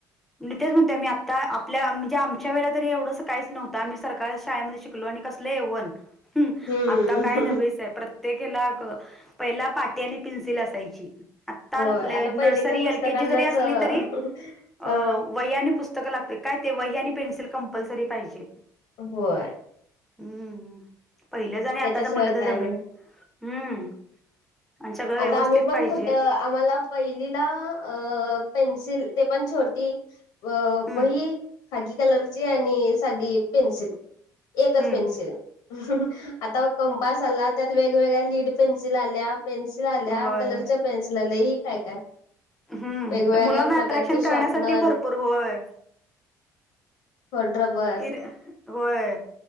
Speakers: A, in the centre; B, on the left.
A: आणि त्याच च आता- आपल्या म्हणजे आमच्या वेळेला तरी एवढं काहीच नव्हतं आम्ही सरकारी शाळेमध्ये शिकलो आणि कसलं एवन <inaudible> हम्म
B: हम्म
A: आता काय नव्हेच आहे प्रत्य त्येक हेला पहिला पाटी आणि पेन्सिल असायची आता
B: होय आता
A: नर्सरी
B: पहिलेच्या पुस्तकांनाच
A: एल के जी जरी असली
B: अ
A: तरी वही आणि पुस्त स्तक लागतय काय ते वही आणि पेन्सल कंपल्सरी पाहिजे
B: होय
A: हम्म पहिलेच आणी आताच
B: त्याच्याशिवाय
A: म्हणल तर
B: काय
A: जमीन
B: नाही.
A: हम्म आणि सगळं
B: आता
A: व्यवस्थित
B: आम्ही पण
A: पाहिजे.
B: कुठं आम्हाला पहिलीला अ पेन्सिल ते पण छोटी
A: हम्म
B: वही खाकी कलरची आणि साधी पेन्सिल एकच
A: हम्म
B: पेन्सिल <inaudible> आता कंपास आला त्यात वेगवेगळ्या लीड पेन्सिल आल्या पेन्सिल आल्या,
A: होय
B: कलरच्या पेन्सिल आल्या लय काय- काय
A: हम्म
B: वेगवेगळ्या
A: मुलांना
B: प्रकारचे
A: अट्रॅक्शन करण्यासाठी
B: शॉपनर
A: भरपूर होय
B: खोडरबर
A: इर होय